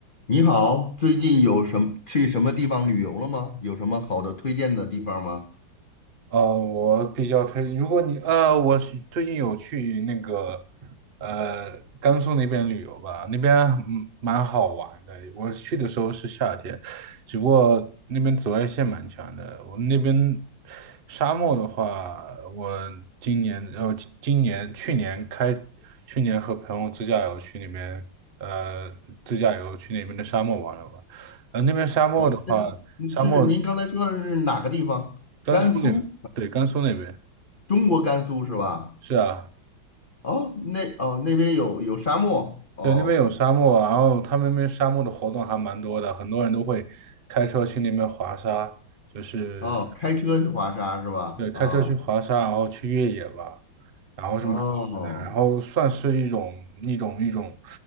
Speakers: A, on the left (about 40°); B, on the right (about 65°).
A: 你好，最近有什么去什么地方旅游了吗？有什么好的推荐的地方吗？
B: 呃，我比较推，如果你呃，我是最近有去那个呃甘肃那边旅游吧，那边嗯蛮好玩的。我去的时候是夏天，只不过那边紫外线蛮强的。我那边沙漠的话，我今年呃今今年去年开去年和朋友自驾游去那边呃自驾游去那边的沙漠玩了玩。呃，那边沙漠的话，
A: 啊，现嗯是您刚才说的是哪个地方？
B: 沙漠甘肃那对甘肃那边。
A: 甘肃，中国甘肃是吧？
B: 是啊，
A: 哦，那哦那边有有沙漠哦
B: 对，那边有沙漠啊，然后他们那边沙漠的活动还蛮多的，很多人都会开车去那边滑沙，就是
A: 哦，开车去滑沙是吧？
B: 对，开车去滑沙，
A: 啊
B: 然后去越野吧，然后是蛮好玩的，
A: 哦，
B: 然后算是一种一种一种